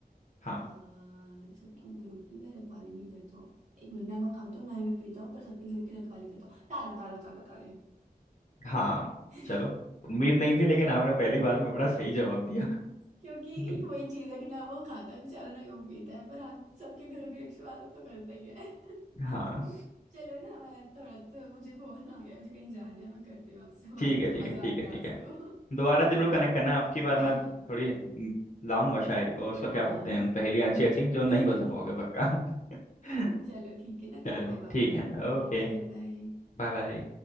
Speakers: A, on the left; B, on the right.
A: हाँ
B: अ, सबके घरों की मैं रखवाली भी करता हूँ एक मिनट ना मैं खाता हूँ ना ही मैं पीता हूँ पर सबके घरों की रखवाली करता हूँ ताला ताला ताला ताले
A: हाँ
B: <laughs>
A: चलो उम्मीद नहीं थी लेकिन आपने पहली बार में बड़ा सही जवाब दिया <laughs>
B: क्योंकि
A: हम्म,
B: एक वही चीज है कि ना वो खाता है बेचारा ना वो पीता है पर हाँ सबके घरों की रखवाली तो करता ही है <laughs>
A: हाँ
B: चलो ना मैं थोड़ा तो मुझे फोन आ गया मुझे कहीं जाना है मैं करती हूँ आपसे
A: ठीक
B: बात पर
A: है ठीक
B: मजा
A: है ठीक
B: आ गया
A: है ठीक
B: आज
A: है
B: तो
A: दोबारा जरूर कनेक्ट करना आपकी बार
B: <laughs> हाँ
A: मैं थोड़ी हम्म, लाऊंगा शायरी और उसका क्या
B: हाँ
A: बोलते हैं हम पहेलियाँ अच्छी अच्छी जो नहीं
B: <laughs>
A: बता पाओगे पक्का <laughs>
B: चलो ठीक है ना
A: चलो
B: करते हैं बाद
A: ठीक
B: में
A: है
B: ओके
A: Okay
B: बाय बाय
A: bye bye